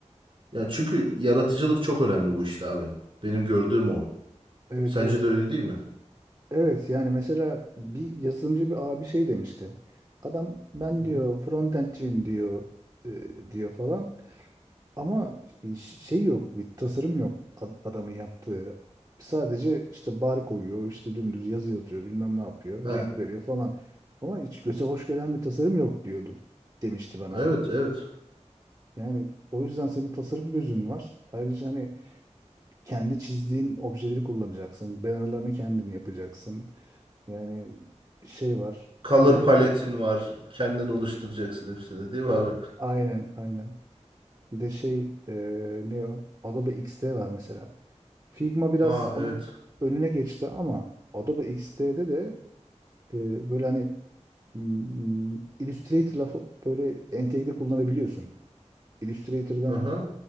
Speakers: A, on the right; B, on the right.
A: Yani çünkü yaratıcılık çok önemli bu işte abi. Benim gördüğüm o.
B: Evet
A: Sence
B: evet.
A: de öyle değil mi?
B: Evet yani mesela bir yazılımcı bir abi şey demişti. Adam ben
A: Hı
B: diyor
A: hı.
B: frontendciyim diyor e, diyor falan. Ama ş- şey yok, bir tasarım yok ad- adamın yaptığı. Sadece işte bar koyuyor, işte dümdüz yazı yazıyor, bilmem ne yapıyor,
A: He,
B: renk veriyor falan. Ama hiç göze hoş gelen bir tasarım yok diyordu, demişti bana
A: evet
B: adam.
A: evet.
B: Yani o yüzden senin tasarım gözün var. Ayrıca hani kendi çizdiğin objeleri kullanacaksın. Bannerlarını kendin yapacaksın. Yani şey var.
A: Color
B: Bir de
A: paletin var. Kendin oluşturacaksın hepsini değil mi abi?
B: aynen aynen. Bir de şey e, ne o? Adobe XD var mesela. Figma biraz
A: Aa evet.
B: onun önüne geçti ama Adobe XD'de de e, böyle hani mm, Illustrator lafı böyle entegre kullanabiliyorsun. Illustrator'dan
A: Hı hı.